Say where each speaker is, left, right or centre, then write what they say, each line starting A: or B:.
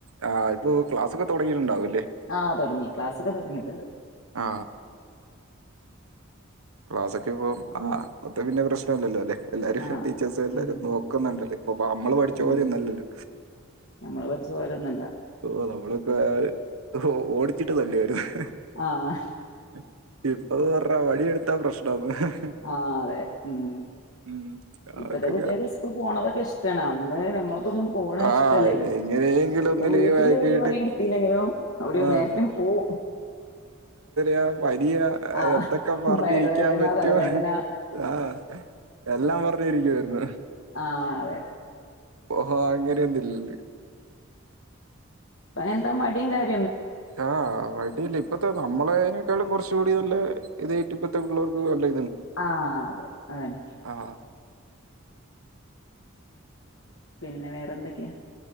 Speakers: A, on the right; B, on the left.
A: ആ ഇപ്പോ ക്ലാസ്സൊക്കെ തൊ ടങ്ങീണ്ടാവും
B: ആ തൊടങ്ങി ക്ലാസ്സൊക്കെ തൊടങ്ങീട്ട് ണ്ട്
A: ആ ക്ലാസ്സൊക്കെ <unintelligible> പ്രശ്നല്ലല്ലോ ലെ എല്ലാരും
B: ആഹ്
A: ടീച്ചേർസ് എല്ലാരും
B: ഉം
A: നോക്ക് ന്ന്ണ്ടല്ലേ പ്പോ നമ്മള് പഠിച്ച
B: ഉം
A: പോലൊന്നല്ലല്ലോ
B: നമ്മള് പഠിച്ച പോലൊന്നല്ല
A: ഓ നമ്മള് ഇപ്പൊ അത് ഓടി <unintelligible>
B: ആഹ്
A: അത് പറ വടിയ എടുത്താ പ്രശ്നം ഹ്
B: ആ അതെ ഉം
A: ഉം അതൊക്കെ
B: ഇപ്പത്തെ കുട്ട്യാക്ക് സ്കൂൾ പോണതൊക്കെ ഇഷ്ടാണ് അന്ന് നമ്മൾക്കൊന്നും പോണെ
A: ആഹ്
B: ഇഷ്ടല്ലേരുന്നു
A: എങ്ങനെയെങ്കിലും ഒന്ന്
B: പ്പൊ
A: ലീവ്
B: വീട്ടില്
A: ആക്കിയിട്ട്
B: ഒരുപണി ഇട്ത്തില്ലെങ്കിലും അവര്
A: ആഹ്
B: നേരത്തിന് പോവും
A: എ പനിയ
B: ആഹ്
A: എന്തൊക്കെ പറഞ്ഞിരിക്കാൻ
B: വയറുവേദന
A: പറ്റോ
B: തലവേദന
A: ആ എല്ലാം പറഞ്ഞിരിക്കുവായിരുന്നു
B: ആഹ് അതെ
A: ഓ അങ്ങനെയൊന്നും ഇല്ലടി
B: അ ന്താ മടി കാര്
A: ആ മടിയില്ല ഇപ്പത്തെ നമ്മളേേക്കാളും കൊറച്ച് നല്ല ഇതറ്റ ഇപ്പഴത്തെള്ളവർക്ക്ല്ല
B: ആ അതെ അതന്നെ
A: ആഹ്
B: പിന്നെ വേറെന്തൊക്കെയാ